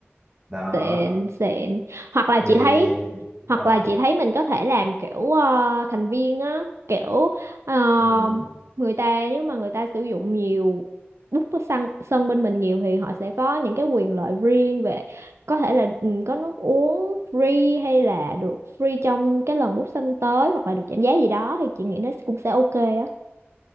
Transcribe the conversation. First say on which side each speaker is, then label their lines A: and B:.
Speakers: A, on the right; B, on the right.
A: đó
B: xịn xịn hoặc là
A: thì
B: chị thấy
A: đúng
B: hoặc
A: rồi
B: là chị thấy mình có thể làm kiểu ờ, thành viên á kiểu ờ,
A: ừ,
B: người ta nếu mà người ta sử dụng nhiều bút có sân sân bên mình nhiều thì họ sẽ có những cái quyền lợi riêng về có thể là ừ, có nước uống free hay là được free trong cái lần bút sân tới hoặc là được giảm giá gì đó thì chị nghĩ nó cũng sẽ ok á